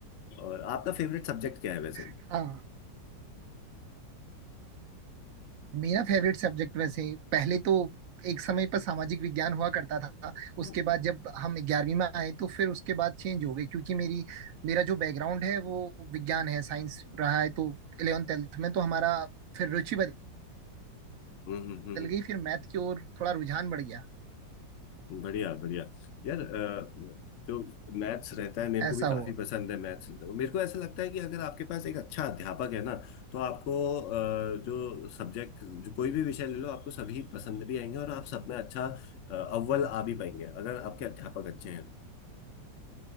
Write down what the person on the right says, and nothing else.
हाँ मेरा फेवरेट सब्जेक्ट में से पहले तो एक समय पर सामाजिक विज्ञान हुआ करता था उसके
बाद जब हम ग्यारहवीं में आए तो फिर उसके बाद चेंज हो गए क्योंकि मेरी मेरा जो बैकग्राउंड है वो विज्ञान है साइंस रहा है तो इलेवन ट्वेल्थ में तो हमारा फिर रुचि बदल
गई फिर मैथ की ओर थोड़ा रुझान बढ़ गया
ऐसा
हुआ